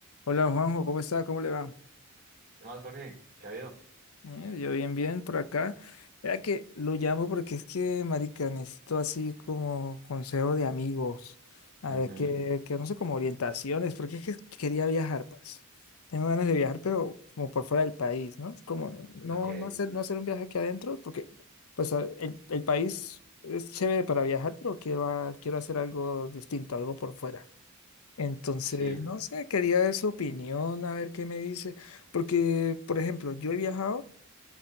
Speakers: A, on the left; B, on the right.
A: Hola Juanjo, ¿cómo está? ¿Cómo le va?
B: ¿Qué más, Jorge? ¿Qué ha habido?
A: Eh, yo bien, bien por acá. Vea que lo llamo porque es que, marica, necesito así como consejo de amigos. A
B: Ujú,
A: ver, que, que no sé, como orientaciones, porque es que quería viajar, pues. Tengo ganas de viajar, pero como por fuera del país, ¿no? Es como no,
B: Ok,
A: no hacer, no hacer un viaje aquí adentro, porque pues a- el, el país es chévere para viajar, pero quiero, a- quiero hacer algo distinto, algo por fuera. Entonces,
B: sí,
A: no sé, quería ver su opinión, a ver qué me dice, porque, por ejemplo, yo he viajado